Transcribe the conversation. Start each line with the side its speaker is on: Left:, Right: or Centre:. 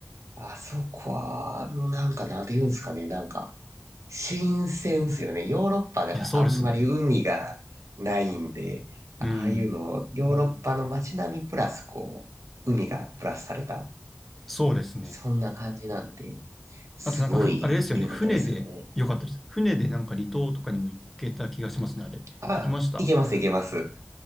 Right: あそこは、あの、なんか、なんて言うんですかね。なんか、新鮮っすよね。ヨーロッパがあんまり海がないんで、
Centre: いや、そうですね。うん。
Right: ああいうの、ヨーロッパの街並みプラス、こう、海がプラスされた、
Centre: そうですね。
Right: そんな感じなんで、すごい良かったですよね。
Centre: あとなんかふ、あれですよね。船で、よかったです。船でなんか離島とかにも行けた気がしますね、あれ。
Right: あ、
Centre: 行きましたあ
Right: いけます、いけます。